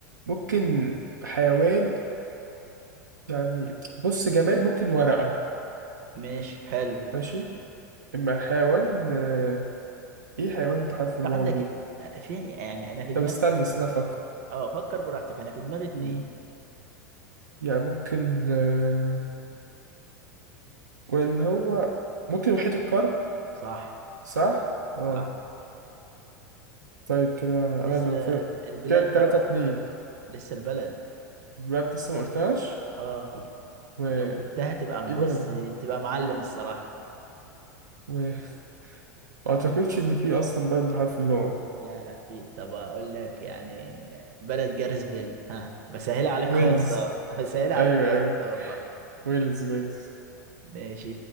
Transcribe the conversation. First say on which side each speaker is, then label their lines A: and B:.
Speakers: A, on the right (about 85°); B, on the right (about 55°).
A: ممكن حيوان يعني بص جماد ممكن ورقة
B: ماشي حلو
A: ماشي اما الحيوان آه، ايه حيوان بحرف الواو
B: عندك
A: دي
B: الت- في يعني انا في
A: طب
B: دماغي
A: استنى
B: اتنين
A: استنى افكر
B: اه فكر براحتك انا في دماغي اتنين
A: مم. يعني ممكن آه، واللي هو ممكن وحيد القرن
B: صح
A: صح اه
B: صح
A: طيب كده
B: لسه
A: انا اللي المفروض
B: البلاد
A: كده تلاتة
B: بقى
A: اتنين
B: لسه البلد
A: بلاد لسه ما قلتهاش
B: اه
A: وايه
B: لو جبتها تبقى بص
A: بلد بحر
B: تبقى معلم الصراحة
A: و <laughs> ما اعتقدش ان في اصلا بلد بحرف الواو
B: لا لا في طب اقول لك يعني بلد جاريس بيل ها بسهلها عليك
A: ويلز
B: خالص اه <laughs> بسهلها
A: ايوه
B: عليك خالص
A: ايوه
B: اه والله
A: ويلز ويلز
B: ماشي